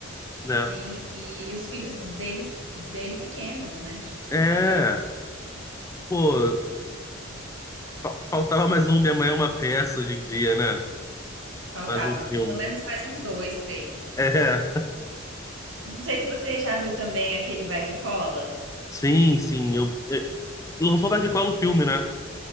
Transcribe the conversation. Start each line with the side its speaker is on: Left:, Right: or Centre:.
Left: né?
Right: Sim, e e os filhos deles dele pequenos, né, tipo assim,
Left: É,
Right: bebê.
Left: pô, fa- faltava mais um Minha Mãe é uma Peça hoje em dia, né?
Right: Faltava
Left: Mais um filme.
Right: pelo menos mais uns 2 três
Left: É,
Right: Eu não sei se você já viu também aquele Vai Que Cola.
Left: <laughs> sim, sim. Eu, eu, lançou o Dark Cola o filme, né?